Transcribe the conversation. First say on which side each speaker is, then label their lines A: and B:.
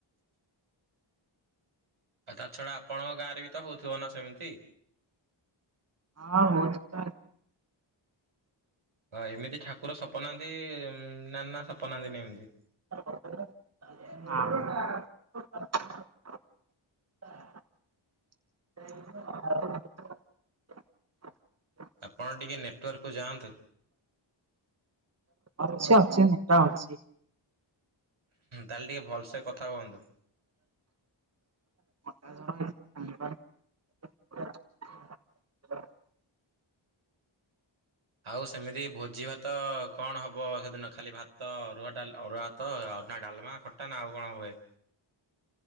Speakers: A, on the right; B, on the right.
A: ଆଉ ତା ଛଡା ଆପଣଙ୍କ ଗାଁରେ ବି ତ ହଉଥିବ ନା ସେମିତି।
B: ହଁ ହଉଛି ତ।
A: ହଁ ଏମିତି ଠାକୁର ସବ ବନାନ୍ତି ନା ନ ଅପନାହାନ୍ତିନ ଏମିତି
B: ଆଁ <inaudible>
A: ଆପଣ ଟିକେ ନେଟୱାର୍କକୁୁ ଯାଆନ୍ତୁ।
B: ଅଛି ଅଛି ନେଟା ଅଛି।
A: ତାହେଲେ ଟିକେ ଭଲସ କଥା ହୁଅନ୍ତୁ।
B: <inaudible>
A: ଆଉ ସେମିତି ଭୋଜି ଭାତ କଣ ହବ ସେଦିନ ଖାଲି ଭାତ ତ ଅରୁଆ ଡା ଅରୁଆ ତ ଆଉ ନା ଡାଲମା ଖଟା ନା ଆଉ କଣ ହୁଏ